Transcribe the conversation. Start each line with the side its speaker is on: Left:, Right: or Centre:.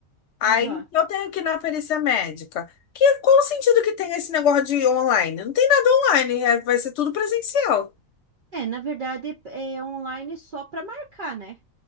Left: Aí
Right: Aham.
Left: eu tenho que ir na perícia médica. Que, qual o sentido que tem esse negócio de online? Não tem nada online, é- vai ser tudo presencial.
Right: É, na verdade é online só para marcar, né?